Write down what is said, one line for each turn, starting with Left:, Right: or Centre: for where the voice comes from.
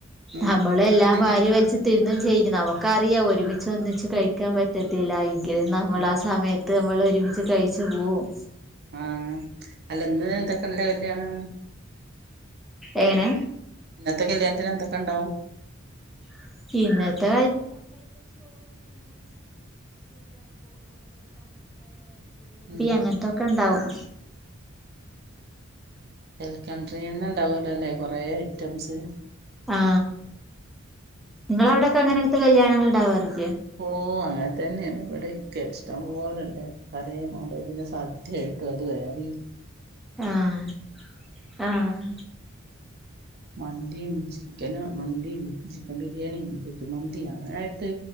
Right: ഉം
Centre: നമ്മളെല്ലാം
Right: ഇന്ന് ഇന്നിങ്ങനെ
Centre: വാരിവലിച്ച് തിന്നുവേ ചെയ്യും നമുക്കറിയാം ഒരുമിച്ച് ഒന്നിച്ച് കഴിക്കാൻ പറ്റത്തില്ല എന്ന് ഇത് നമ്മൾ
Right: ഉം
Centre: ആ സമയത്ത്- ത്ത് നമ്മൾ ഒരുമിച്ച് കഴിച്ചു പോകും
Right: ആ അല്ല ഇന്ന് എന്തൊക്കെ ഇന്നലെ വരുന്ന ആളാണ്
Centre: എങ്ങനെ
Right: ഇന്നത്തെ കല്ലിയാണതിനു എന്തൊക്കെ ഉണ്ടാവും
Centre: <unintelligible> ജിലേബി
Right: ഉം
Centre: അങ്ങനെതൊക്കെ ഇണ്ടാവും
Right: വെൽകം ഡ്രിങ്ക് തന്നെ ഇണ്ടാവലോല്ലെ കൊറേ ഐറ്റംസ്
Centre: ആ നിങ്ങടെ അവിടെക്കെ എങ്ങനെ മ കല്യാനങ്ങങ്ങൾ ഉണ്ടാവാറി-
Right: ഓ അങ്ങ തന്നെയാണ് ഇവിടെ എക്കെ ഇഷ്ടം പോലണ്ട് കയ മോണ്ട പിന്നെ സദ്യ ആയിട്ടു അത് വേരെയും
Centre: ആഹ് ആഹ്
Right: മന്തിയും ചിക്കന് മന്തിയും ചിക്കൻ ബിരിയാണിയും ച മന്തി അങ്ങനായിട്ട്